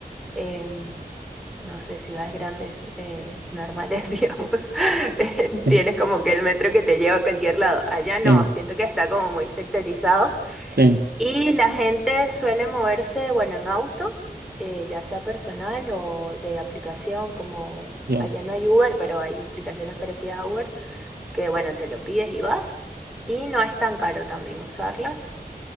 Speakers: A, in the centre; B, on the right.
A: em, no sé, ciudades grandes, eh, normales, <laughs> digamos, eh,
B: Sí,
A: tienes como que el metro que te lleva a cualquier lado. Allá
B: sí,
A: no, siento que está como muy sectorizado.
B: sí,
A: Y la gente suele moverse, bueno, en auto, eh, ya sea personal o de aplicación, como
B: ya.
A: allá no hay Uber, pero hay aplicaciones parecidas a Uber, que bueno, te lo pides y vas. Y no es tan caro también usarlas.